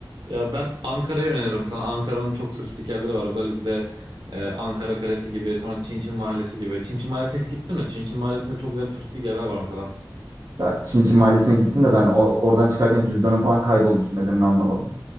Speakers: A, on the right; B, on the right.
A: Ya ben Ankara'yı öneririm sana. Ankara'nın çok turistik yerleri var. Özellikle e, Ankara Kalesi gibi, sonra Çin Çin Mahallesi gibi. Çin Çin Mahallesi'ne hiç gittin mi? Çin Çin Mahallesi'nde çok güzel turistik yerler var mesela.
B: Ya Çinçin Mahallesi'ne gittim de ben o- oradan çıkarken cüzdanım falan kaybolmuştu. Nedenini anlamadım.